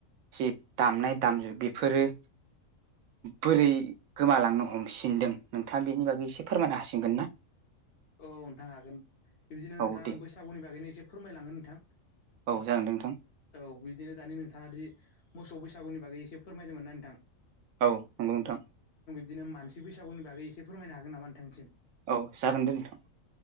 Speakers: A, on the right; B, on the left.
A: जे दामनाय द दामजु बेफोरो। बोरै गोमालांनो हमसिनदों नोंथाङा बेनि बागै इसे फोरमायनो हासिगोन ना?
B: औ नोंथां हागोन बिदिनो नोंथाङा
A: औ दे
B: बैसागुनि बागैनो एसे फोरमायलांगोन नोंथां।
A: औ जागोनदों नोंथां।
B: औ बिदिनो दानि नोंथाङा दि मोसौ बैसागुनि बागै एसे फोरमायदोंमोन ना नोंथां।
A: औ नंगौ नोंथां।
B: बिदिनो मानसि बैसागुनि बागै इसे फोरमायनो हागोन नामा नोंथांनिसिम।
A: औ जागोन दे नोंथां।